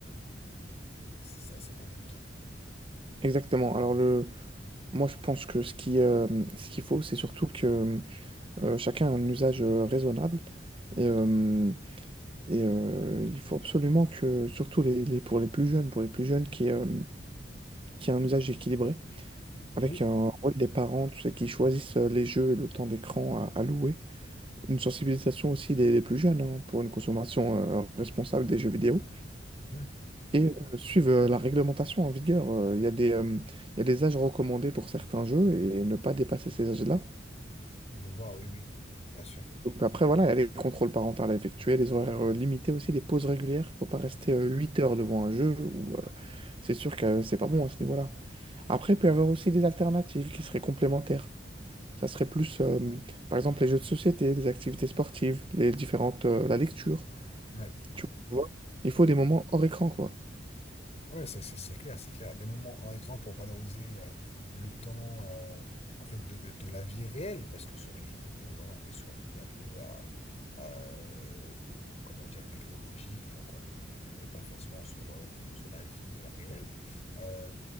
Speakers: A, on the left; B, on the right.
A: C'est assez compliqué.
B: exactement. Alors le, moi je pense que ce qui, euh, ce qu'il faut, c'est surtout que euh, chacun a un usage euh, raisonnable. Et, euh, et euh, il faut absolument que, surtout les, les- pour les plus jeunes, pour les plus jeunes qui, euh, qui a un usage équilibré, avec
A: Oui.
B: un rôle des parents, tu sais, qui choisissent euh, les jeux et le temps d'écran à, à louer. Une sensibilisation aussi des, des plus jeunes hein, pour une consommation euh, responsable des jeux vidéo.
A: Mhm.
B: et euh, suivent euh, la réglementation en vigueur. Euh, Il y a des, euh, il y a des âges recommandés pour certains jeux et ne pas dépasser ces âges-là.
A: Je vois, oui, oui, bien sûr.
B: Donc après, voilà, il y a les contrôles parentaux à effectuer, les horaires euh, limités aussi, les pauses régulières. faut pas rester euh, 8 heures devant un jeu ou euh, c'est sûr que euh, c'est pas bon à ce niveau-là. Après, il peut y avoir aussi des alternatives qui seraient complémentaires. Ça serait plus, euh, par exemple, les jeux de société, les activités sportives, les différentes, euh, la lecture.
A: Ouais.
B: Tu vois,
A: Ouais.
B: il faut des moments hors écran, quoi.
A: Ouais, c'est c'est- c'est clair, c'est clair. Des moments hors écran pour valoriser euh, le temps euh, en fait de, de, de la vie réelle, parce que sur les jeux vidéo, voilà, on est sur une vie un peu à, à, euh, comment dire, technologique, donc on on n'est pas forcément sur, euh, sur la vie euh, réelle. Euh,